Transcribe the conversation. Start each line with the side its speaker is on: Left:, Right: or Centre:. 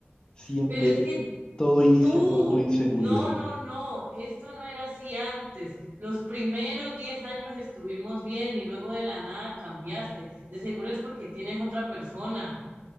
Left: Siempre
Right: Pero es que
Left: todo inicia
Right: tú,
Left: por tu inseguridad.
Right: no, no, no, esto no era así antes. Los primeros 10 años estuvimos bien y luego de la nada cambiaste. De seguro es porque tienes otra persona.